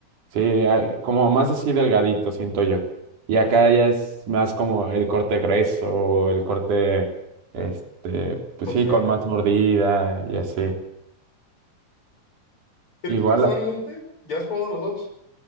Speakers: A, on the right (about 85°); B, on the left (about 45°).
A: Sí, hay- como más así delgadito, siento yo. Y acá ya es más como el corte grueso, o el corte, este, pues
B: grosero,
A: sí, con más
B: ¿no?
A: mordida y así.
B: ¿Y a
A: Igual.
B: ti personalmente? ¿Ya has probado los dos?